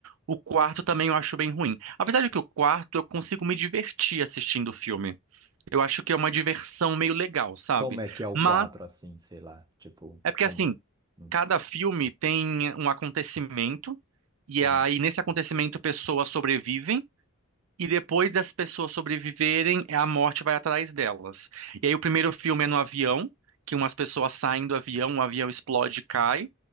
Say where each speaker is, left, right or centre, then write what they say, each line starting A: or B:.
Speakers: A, on the right; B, on the right.
A: O quarto também eu acho bem ruim. Apesar de que o quarto eu consigo me divertir assistindo o filme. Eu acho que é uma diversão meio legal, sabe?
B: Como é que é o
A: Mas
B: 4 assim, sei lá? Tipo,
A: é porque
B: como.
A: assim,
B: Hum,
A: cada filme tem um acontecimento e
B: hum.
A: aí nesse acontecimento pessoas sobrevivem e depois das pessoas sobreviverem, é a morte vai atrás delas. E aí o primeiro filme é no avião, que umas pessoas saem do avião, o avião explode e cai